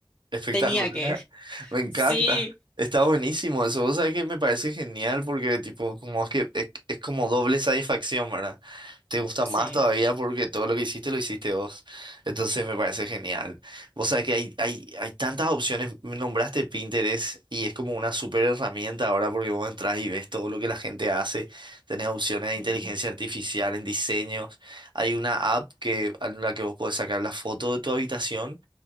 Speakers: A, on the right (about 75°); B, on the left (about 20°).
A: Espectacular.
B: tenía que.
A: <laughs> Me encanta.
B: Sí,
A: Está buenísimo eso. Vos sabés que me parece genial porque tipo, como es que es, es como doble satisfacción, ¿verdad? Te gusta
B: sí.
A: más todavía porque todo lo que hiciste lo hiciste vos. Entonces me parece genial. Vos sabés que hay, hay, hay tantas opciones. Me Nombraste Pinterest y es como una super herramienta ahora porque vos entras y ves todo lo que la gente hace. Tenés opciones de inteligencia
B: Ujú.
A: artificial en diseños. Hay una app que, en la que vos podés sacar la foto de tu habitación